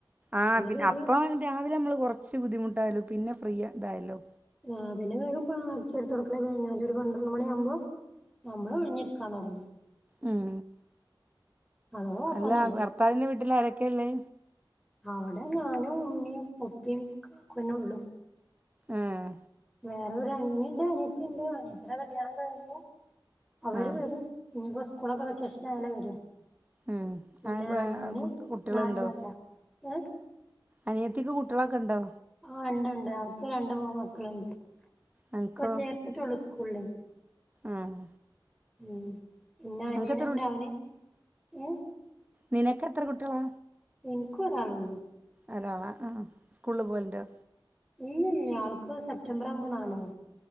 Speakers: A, on the right; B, in the centre.
A: ആ പിന്നെ
B: വേഗം
A: അപ്പോ ഒര് രാവിലെ നമ്മള് കൊർച്ച് ബുദ്ധിമുട്ടായാലും പിന്നെ ഫ്രീ തായല്ലോ
B: ആഹ് പിന്നെ വേഗം പാ അടിച്ച് വാരി തൊടക്കലോക്കെ കഴിഞ്ഞാല് ഒരു പന്ത്ര - ണ്ട് മണി ആവുമ്പോ നമ്മള് ഒഴിഞ്ഞിരിക്കാൻ തൊടങ്ങി
A: ഉം
B: അതോണ്ട് കൊഴപ്പൊന്നുല്ല
A: അല്ല ഭർത്താവിന്റെ വീട്ടില് ആരെക്കെള്ളെ
B: അവടെ ഞാനും ഉമ്മീം ഉപ്പീ കാക്കുന്നെ ഉള്ളു
A: ഏഹ്
B: വേറൊരു അനിയന്ണ്ട് അനിയത്തിണ്ട് അനിയത്തിടെ കല്യാണം കഴിഞ്ഞു അവര്
A: ആഹ്
B: വരും ഇനിയിപ്പോ സ്കൂളൊക്കെ വെക്കേഷൻ ആയാലെ വരു
A: ഉം
B: പിന്നെ
A: ആ
B: അനിയന്
A: കുട്ടികളുണ്ടോ
B: നാട്ടിലല്ല ഏഹ്
A: അനിയത്തിക്ക് കുട്ടിയളൊക്കെ ഇണ്ടോ
B: ആ ഇണ്ട് ണ്ട് അവർക്ക് രണ്ട് മൂന്ന് മക്കള്ണ്ട്
A: അനക്കോ
B: ഇപ്പൊ ചേർത്ത്ട്ടൊള്ളു സ്കൂൾല്
A: ആഹ്
B: ഉം പിന്ന
A: അനക്ക്
B: അനിയനിണ്ടവന്
A: എത്ര
B: ഏഹ്
A: നിനക്കെത്ര കുട്ടിയളാ
B: ഇൻക്കോരാളള്ളൂ
A: ഓരാള ആ സ്കൂൾല് പോവൽണ്ടോ
B: ഇല്ലില്ല ആൾക്ക് സെപ്റ്റംബറാവുമ്പോ നാലാവു